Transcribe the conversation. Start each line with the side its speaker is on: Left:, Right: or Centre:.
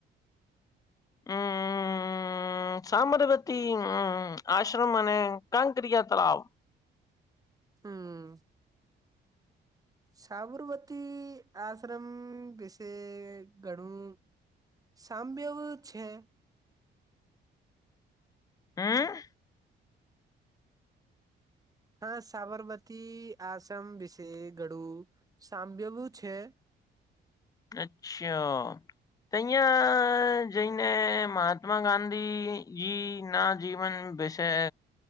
Left: <inaudible> હમ <unintelligible> હતી હમ હ આશ્રમ અને કક્રિયા તલાવ
Right: હમ સાબરમતી આશ્રમ વિશે ઘણું સાંભવ છે
Left: હા
Right: હા સાબરમતી આશ્રમ વિશે ઘડું <unintelligible> છે
Left: અચ્છા અહયા જઈને મહાત્મા ગાંધીજી ના જીવન વિશે